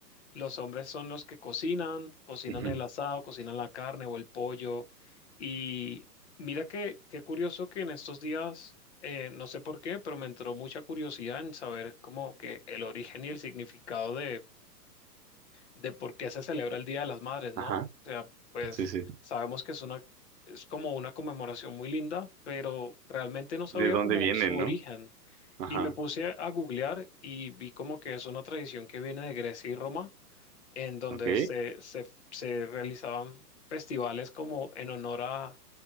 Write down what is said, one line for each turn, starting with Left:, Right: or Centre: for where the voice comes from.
Left: los hombres son los que cocinan, cocinan
Right: Ujú,
Left: el asado, cocinan la carne o el pollo. Y mira que qué curioso que en estos días, eh, no sé por qué, pero me entró mucha curiosidad en saber como que el origen y el significado de, de por qué se celebra el Día de las Madres, ¿no?
Right: Ajá,
Left: O sea, pues
Right: sí, sí.
Left: sabemos que es una, es como una conmemoración muy linda, pero realmente no sabía
Right: ¿De dónde
Left: como
Right: vienen,
Left: su origen.
Right: no? Ajá.
Left: Y me puse a googlear y vi como que es una tradición que viene de Grecia y Roma en donde
Right: Ok,
Left: se, se- se realizaban festivales como en honor a,